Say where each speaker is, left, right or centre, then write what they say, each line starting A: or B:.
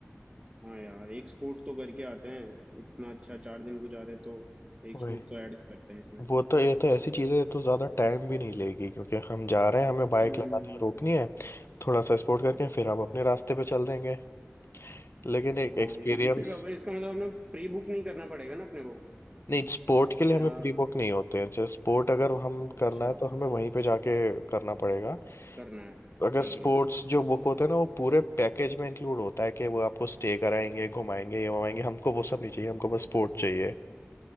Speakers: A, on the right; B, on the left.
A: हाँ यार एक स्पोर्ट तो करके आते हैं इतना अच्छा चार दिन को जा रहे हैं तो एक
B: वही
A: स्पोर्ट तो ऐड करते हैं इसमें
B: वो तो ये तो ऐसी चीज़ है ये तो ज़्यादा टाइम भी नहीं लेगी क्योंकि हम जा रहे हैं हमें बाइक
A: हम्म
B: लगानी है रोकनी है थोड़ा सा स्पोर्ट करके फिर हम अपने रास्ते पे चल देंगे लेकिन एक
A: हाँ
B: एक्सपीरियंस
A: ये भी ठीक फिर अपने- इसका मतलब अपने प्री बुक नहीं करना पड़ेगा ना अपने को
B: नहीं स्पोर्ट के लिए
A: या
B: हमें प्री बुक नहीं होते हैं जैसे स्पोर्ट अगर हम
A: अच्छा
B: करना है तो हमें वहीं पे जाके करना पड़ेगा
A: करना है
B: अगर
A: ठीक
B: स्पोर्ट्स
A: है
B: जो बुक होते हैं ना वो पूरे पैकेज में इंक्लूड होता है कि वो आपको स्टे कराएंगे घुमाएंगे ये घुमाएंगे हमको वो सब नहीं चाहिए हमको बस स्पोर्ट चाहिए